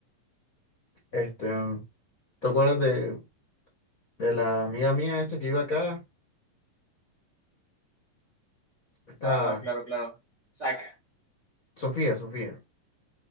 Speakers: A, on the left; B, on the right.
A: este, ¿te acuerdas de, de la amiga mía esa que iba acá? Esta,
B: Ah, claro, claro. Sac.
A: Sofía, Sofía.